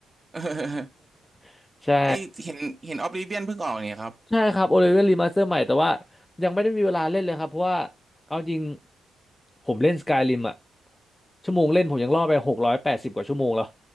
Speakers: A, on the right; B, on the left.
A: <laughs>
B: <laughs> ใช่
A: เอ้ยเห็นเห็นออ bli เวียนเพิ่งออกเนี่ยครับ
B: ใช่ครับโอเลเว n รีมาสเตอร์ใหม่แต่ว่ายังไม่ได้มีเวลาเล่นเลยครับเพราะว่าเอาจริงผมเล่นสกาย i ิมอะชั่วโมงเล่นผมยังล่อไปหกร้อยแปดสิบกว่าชั่วโมงแล้ว